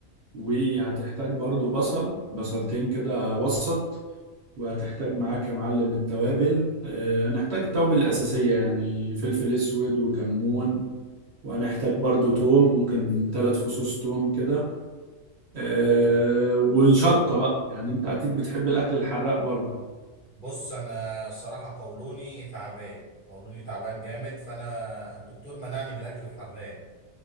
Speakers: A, on the right; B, on the left.
A: وهتحتاج برضو بصل بصلتين كده وسط وهتحتاج معاك يا معلم التوابل آه، هنحتاج التوابل الأساسية يعني فلفل أسود وكمون وهنحتاج برضو توم ممكن ثلاث فصوص توم كده آه،
B: تمام
A: وشطة بقى يعني أنت أكيد بتحب الأكل الحراق برضو
B: بص انا الصراحه قولوني تعبان قولوني تعبان جامد فانا الدكتور منعني من الاكل الحراق